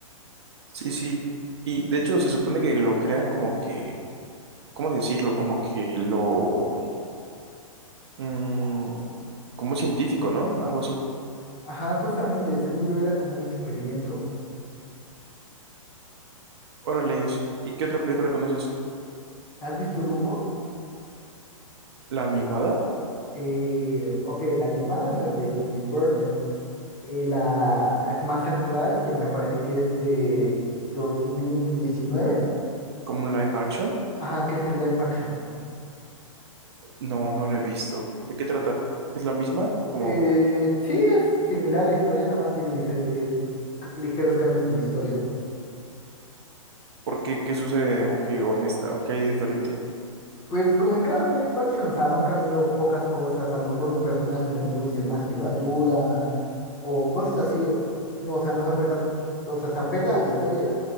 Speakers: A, on the right; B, on the left.
A: sí, sí. Y de hecho, se supone que lo crean como que, ¿cómo decirlo? Como que lo, mm, como un científico, ¿no? Algo así.
B: Ajá, justamente, según yo era como un experimento.
A: Órale. ¿Y qué otra película conoces?
B: ¿Has visto Dumbo?
A: ¿La animada?
B: Eh, ok, la animada no es de Tim Burton. eh, la ac- más actual, que me parece que es de dos mil diecinueve
A: ¿Como un live action?
B: Ajá, que es el live action.
A: No, no la he visto. ¿De qué trata? ¿Es la misma? Como,
B: Eh, sí, es similar la historia, nada más tiene diferentes c- ligeros cambios en la historia.
A: ¿por qué? ¿Qué sucede? ¿O qué? ¿O en esta? ¿O qué hay diferente?
B: Pues como en cada live action, o sea, van cambiando pocas cosas, a lo mejor un personaje lo introduce el más que lo ayuda, o cosas así, o no, o sea, no se apega, o sea, se apega a la historia,